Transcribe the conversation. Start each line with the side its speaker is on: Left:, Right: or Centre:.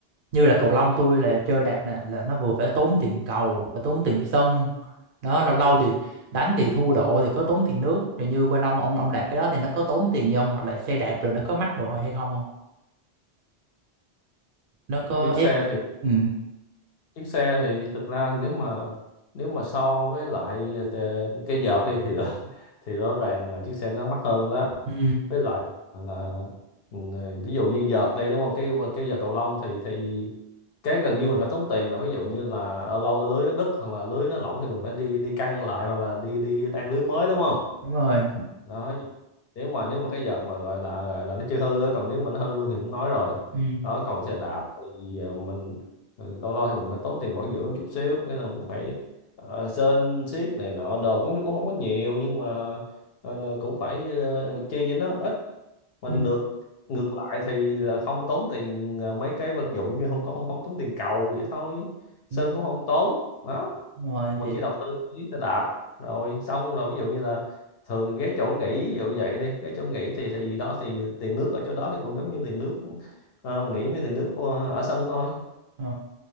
Right: như là cầu lông tôi là chơi đạp nè là nó vừa phải tốn tiền cầu phải tốn tiền sân đó lâu lâu thì đánh thì thua độ thì có tốn tiền nước rồi như bên ông ông ông đạp cái đó thì nó có tốn tiền gì không hoặc là xe đạp rồi nó có mắc đồ hay không không nó có
Left: chiếc
Right: ép
Left: xe thì
Right: ừ
Left: chiếc xe thì thực ra nếu mà nếu mà so với lại tè- cái vợt đi thì rõ- <laughs> thì rõ ràng là chiếc xe nó mắc hơn đó
Right: ừ
Left: với lại là ừ, ví dụ như vợt đi đúng không cái cái vợt cầu lông thì thì cái gần như mình phải tốn tiền là ví dụ như là lâu lâu lưới nó đứt hoặc là lưới nó lỏng thì mình phải đi đi căng lại hoặc là đi đi đan lưới mới đúng không
Right: đúng rồi
Left: đó nếu mà nếu mà cái vợt mà gọi là gọi là nó chưa hư á còn nếu mà nó hư luôn thì cũng nói rồi
Right: ừ
Left: đó còn xe đạp thì ờ, mình ừ, lâu lâu thì mình phải tốn tiền bảo dưỡng chút xíu cái là mình phải ờ, sơn xiết này nọ đồ cũng cũng không có nhiều nhưng mà ờ, là cũng phải ờ, chi cho nó ít mình
Right: ừ,
Left: ngược ngược lại thì là không tốn tiền ờ, mấy cái vật dụng giống như không có không không tốn tiền cầu vậy thôi sơn
Right: ừ.
Left: cũng không tốn đó
Right: đúng rồi
Left: mình
Right: thì
Left: chỉ đầu tư cái xe đạp rồi xong rồi ví dụ như là thường ghé chỗ nghỉ ví dụ vậy đi cái chỗ nghỉ thì thì đó thì tiền nước ở chỗ đó thì cũng giống như tiền nước ờ, mình nghĩ như tiền nước ờ, ở sân thôi
Right: ờ.